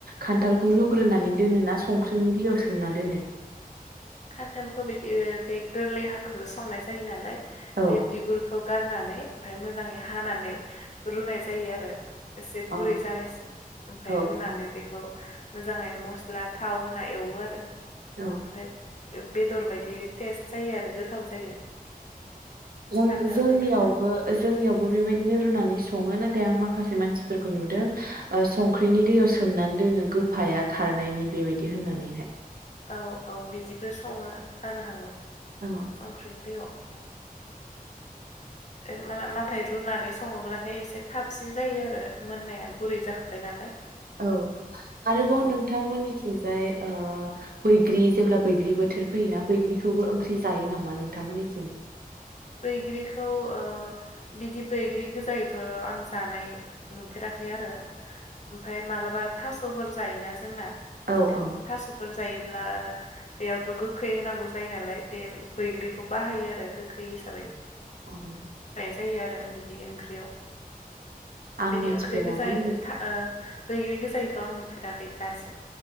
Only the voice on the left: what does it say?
खान्थालखौ बिदि बे गोरलै हांखौसो संनाय जायो नालाय।
बे बिगुरखौ। गारनानै ओमफ्राय मोजाङै हानानै रुनाय जायो आरो। एसे
गुरै जानायसिम ओमफ्राय
रुनानै
बेखौ। मोजाङै मस्ला थाव होना एवो आरो।
ओमफाय। बेदर बायदि टेस्ट जायो आरो गोथाव जायो।
खान्थाल गोरलैया
औ औ बिदिबो सङो जानो हागौ।
संख्रिनि दैयाव। <unintelligible> नाथाय रुनानै सङोब्लाथाय एसे थाबसिन जायो आरो मोननाया गुरै जाखाबाय नालाय।
औ
बैग्रिखौ आ बिदि बैग्रि गोजायैथ' आं जानाय नुफेराखै आरो ओमफ्राय मालाबा थास'फोर जायोना जोंना
थास'फोर जायो <unintelligible> बेयावथ' गोखै होनांगौ जायो नालाय बे बैग्रिखौ बाहायो आरो गो गोखै हिसाबै
जायो आरो बिदि ओंख्रियाव
बिदि
ओंख्रि गोजाय ओ बैग्रि गोजायैथ' आं नुफेराखै दासिम